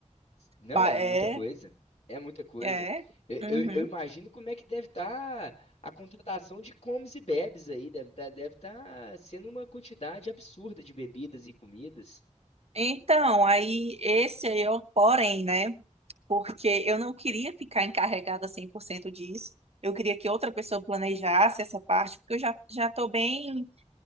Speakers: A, on the left (about 55°); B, on the right (about 55°).
A: Não,
B: Ba-
A: é
B: É,
A: muita coisa. É muita coisa.
B: é.
A: Eu,
B: Uhum.
A: eu- eu imagino como é que deve estar a contratação de comes e bebes aí. Deve estar deve tá sendo uma quantidade absurda de bebidas e comidas
B: Então, aí esse aí é o porém, né? porque eu não queria ficar encarregada 100% disso. Eu queria que outra pessoa planejasse essa parte, porque eu já já estou bem